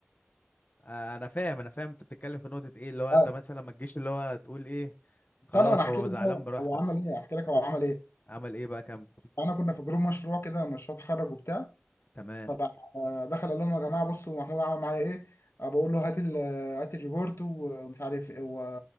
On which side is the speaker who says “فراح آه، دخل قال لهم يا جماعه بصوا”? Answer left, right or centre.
Left